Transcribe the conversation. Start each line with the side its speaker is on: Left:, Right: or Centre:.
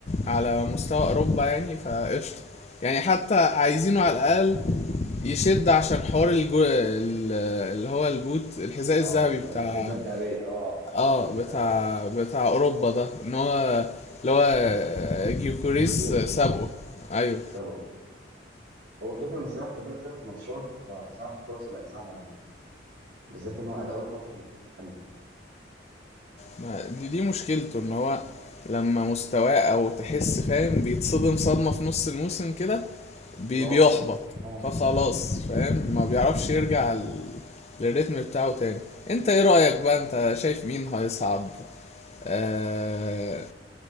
Left: على مستوى اوروبا يعني فقشطة يعني حتى عايزينه على الاقل يشد عشان حوار الجو... ال- اللي هو البوت الحذاء
Right: أه
Left: الذهبي
Right: الجزمة
Left: بتاع
Right: الذهبية أه
Left: اه
Right: الجزمة
Left: بتاع
Right: الذهبية
Left: بتاع اوروبا ده ان هو اللي هو جيوكوريس
Right: جيوكيرش
Left: سابقه ايوه
Right: سبقه هو الفكرة إن صلاح فاضل له ثلاث ماتشات فبصراحة فرصه بقت صعبة قوي بالذات إن هو أداؤه الفترة اللي فاتت
Left: ما دي دي مشكلته ان هو لما مستواه او تحس فاهم بيتصدم صدمة في نص الموسم كده بي-
Right: خلاص
Left: بيحبط
Right: انهار
Left: فخلاص
Right: مم.
Left: فاهم ما بيعرفش يرجع ال- للريتم بتاعه تاني انت ايه رأيك بقى انت شايف مين هيصعد آه